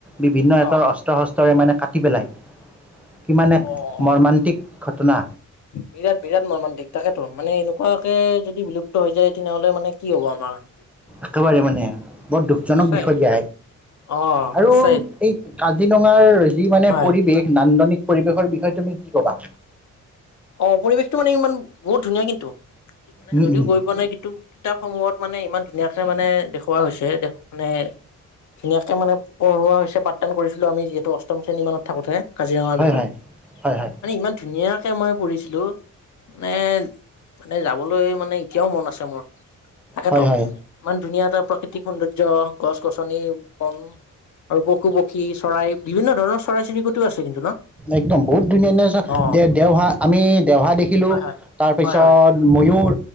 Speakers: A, in the centre; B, on the left.
A: বিভিন্ন সিহঁতৰ
B: অ',
A: অস্ত্ৰ-শস্ত্ৰ মানে কাটি পেলাই৷ কিমান এক
B: অ'।
A: মৰ্মান্তিক ঘটনা।
B: বিৰাট বিৰাট মৰ্মান্তিক৷ তাকেতো মানে এনেকুৱাকে যদি বিলুপ্ত হৈ যায় তেনেহলে মানে কি হব আমাৰ?
A: একেবাৰে মানে, বৰ দুখজনক
B: সঁচাই
A: বিষয় দিয়া
B: অ
A: আৰু
B: সঁচাই
A: এই কাজিৰঙাৰ যি মানে
B: হয়
A: পৰিৱেশ, নান্দনিক পৰিৱেশৰ বিষয়ে তুমি কি কবা?
B: অঁ, পৰিৱেশটো মানে ইমান বহুত ধুনীয়া কিন্তু মানে
A: উম
B: যদিও
A: উম
B: গৈ পোৱা নাই কিন্তু কিতাপ সমূহত মানে ইমান ধুনীয়াকে মানে দেখুওৱা হৈছে মানে ধুনীয়াকে মানে পঢ়োৱা হৈছে পাঠদান কৰিছিলোঁ আমি যিহেতু অষ্টম শ্ৰেণী মানত থাকোতে৷ কাজিৰঙাৰ
A: হয়
B: বিষয়ে৷
A: হয় হয় হয়
B: মানে ইমান ধুনীয়াকে মানে পঢ়িছিলোঁ মানে মানে যাবলৈ মানে এতিয়াও মন আছে মোৰ। তাকেতো
A: হয় হয়
B: ইমান ধুনীয়া এটা প্ৰাকৃতিক সৌন্দৰ্য গছ -গছনি বন। আৰু পশু -পক্ষী চৰাই বিভিন্ন ধৰণৰ চৰাই -চিৰিকটোও আছে কিন্তু ন?
A: একদম বহুত ধুনীয়া ধুনীয়া
B: অ
A: দে দেওহা আমি দেওহা দেখিলো
B: হয় হয়
A: তাৰ পিছত
B: হয় হয়
A: ময়ুৰ